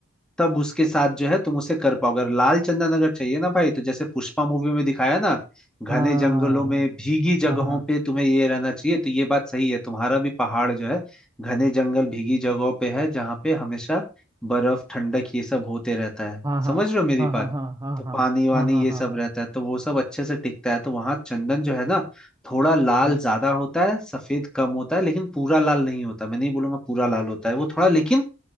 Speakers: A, in the centre; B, on the right.
A: तब उसके साथ जो है तुम उसे कर पाओगे अगर लाल चंदन अगर चाहिए ना भाई तो जैसे पुष्पा मूवी में दिखाया ना घने
B: हाँ
A: जंगलों में भीगी जगहों
B: हाँ
A: पे तुम्हें ये रहना चाहिए तो ये बात सही है तुम्हारा भी पहाड़ जो है घने जंगल भीगी जगहों पे है जहाँ पे हमेशा बर्फ ठंडक ये सब होते रहता है
B: हाँ हाँ
A: समझ रहे हो मेरी
B: हाँ
A: बात
B: हाँ हाँ हाँ
A: तो
B: हाँ
A: पानी वानी
B: हाँ
A: ये
B: हाँ हाँ
A: सब
B: हाँ
A: रहता है तो वो सब अच्छे से टिकता है तो वहाँ चंदन जो है ना थोड़ा लाल
B: हाँ
A: ज्यादा होता है सफेद कम होता है लेकिन पूरा लाल नहीं होता मैं नहीं बोलूंगा पूरा लाल होता है वो थोड़ा लेकिन